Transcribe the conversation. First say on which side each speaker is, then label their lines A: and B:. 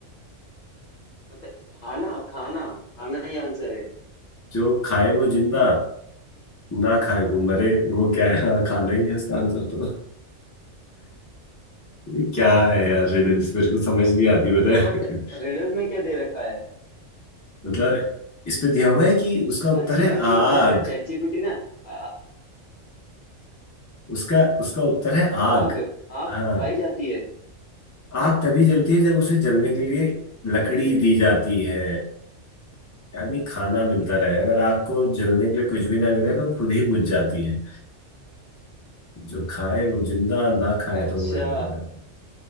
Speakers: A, on the left; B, on the left.
A: मतलब खाना खाना खाना ही आंसर है
B: जो खाए वो जिंदा ना खाए वो मरे वो क्या है हाँ खाना ही है इसका आंसर तो ये क्या है यार रिडल्स मेरे को समझ नहीं आती
A: मतलब
B: पता है
A: बट रिडल में क्या दे रखा है
B: मतलब इस पे दिया हुआ है कि उसका उत्तर
A: अजीब
B: है
A: अजीब
B: आग
A: ये पता चैट जीपीटी ना आ-
B: उसका उसका उत्तर है आग
A: आग आग
B: हाँ
A: खाई जाती है
B: आग तभी जलती है जब उसे जलने के लिए लकड़ी
A: अरे
B: दी जाती है यानी खाना मिलता रहे अगर आग को जलने के लिए कुछ भी ना मिले तो खुद ही बुझ जाती है जो खाए वो जिंदा ना खाए
A: अच्छा
B: तो मर जाएगा।